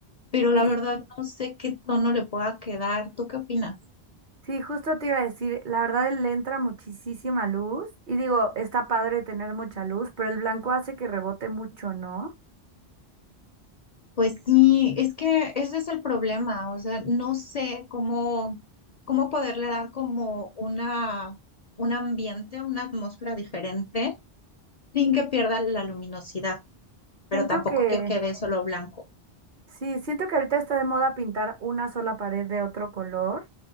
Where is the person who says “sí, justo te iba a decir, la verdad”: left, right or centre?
Right